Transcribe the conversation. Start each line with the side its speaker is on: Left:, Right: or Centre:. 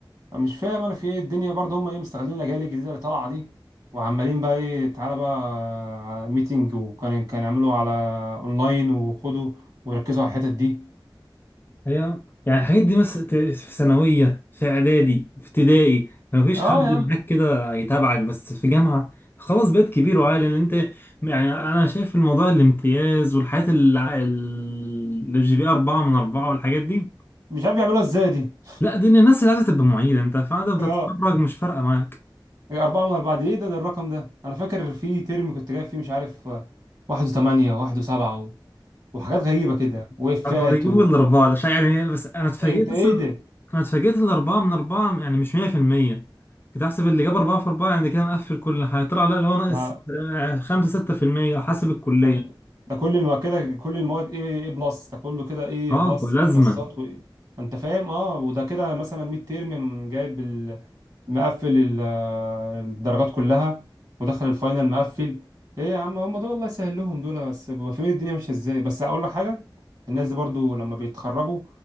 Right: مش فاهم انا في ايه الدنيا برضه هم ايه مستغلين الاجيال الجديده اللي طالعه دي وعمالين بقى ايه تعالى بقى ميتنج وكان كان يعملوا على اونلاين وخدوا وركزوا على الحتت دي
Left: هي يعني الحاجات دي مثلا في ثانوية في إعدادي في ابتدائي ما فيش
Right: اه
Left: حد
Right: يا عم
Left: معاك كده يتابعك بس في جامعة خلاص بقيت كبير وعاقل ان انت يعني انا شايف الموضوع الامتياز والحاجات الجي بي أربعة من أربعة والحاجات دي
Right: مش عارف يعملوها ازاي دي
Left: لا دي الناس اللي عايزة تبقى معيدة انت بعد
Right: <laughs>
Left: ما
Right: اه
Left: تتخرج مش فارقة معاك
Right: أربعة من أربعة دي إيه ده, ده الرقم ده أنا فاكر في ترم كنت جايب فيه مش عارف واحد وثمانية واحد وسبعة و... وحاجات غريبة كده وإفات
Left: هما بيجيبوا
Right: و...
Left: الأربعة ده عشان يعني بس أنا اتفاجئت
Right: إيه، أنت إيه
Left: أصلا
Right: ده؟
Left: أنا اتفاجئت ان الأربعة من أربعة يعني مش مية في المية كنت أحسب اللي جاب أربعة في أربعة يعني كده مقفل كل حاجة طلع لا اللي هو ناقص
Right: آه.
Left: آه، خمسة ستة في المية حسب الكلية
Right: طب ده كل الم... كده كل المواد ايه ايه بلس ده كله كده ايه
Left: أه
Right: بلس
Left: لازما
Right: ايه بلسات وايه انت فاهم اه وده كده مثلا ميد تيرم جايب ال... مقفل ال... آه، الدرجات كلها ودخل الفاينل مقفل ايه يا عم هم دول الله يسهل لهم دول بس ببقى فاهمين الدنيا ماشيه ازاي بس اقول لك حاجه الناس دي برضو لما بيتخرجوا